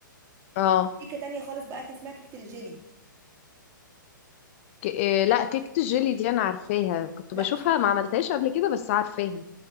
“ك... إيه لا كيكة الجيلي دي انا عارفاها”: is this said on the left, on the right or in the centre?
Left